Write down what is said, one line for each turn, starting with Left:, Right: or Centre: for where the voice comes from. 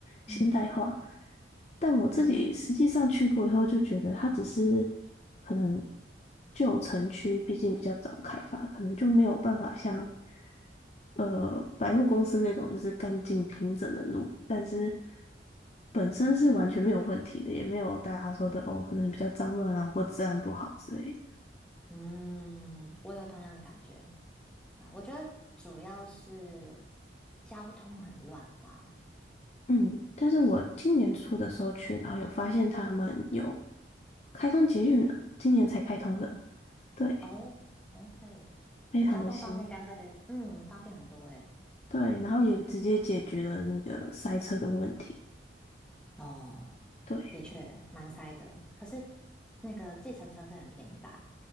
Left: 现代化，
Centre: 嗯
Left: 但我自己实际上去过以后就觉得它只是
Centre: 嗯
Left: 可能旧城区，毕竟比较早开发，可能就没有办法像呃百货公司那种就是干净平整的路，但是本身是完全没有问题的，也没有大家说的哦，可能比较脏乱啊或治安不好之类的。
Centre: 嗯，我有同样的感觉啊。我觉得主要是交通很乱吧，
Left: 嗯，但是我今年初的时候去，
Centre: 就是
Left: 然后有发现他们有开通捷运了，今年才开通的，
Centre: 哦
Left: 对，
Centre: 哦，OK，
Left: 非常的新，
Centre: 那交通方面应该会嗯方便很多诶。
Left: 对，然后也直接解决了那个塞车的问题，
Centre: 哦，
Left: 对，
Centre: 的确蛮塞的，可是那个计程车费很便宜吧？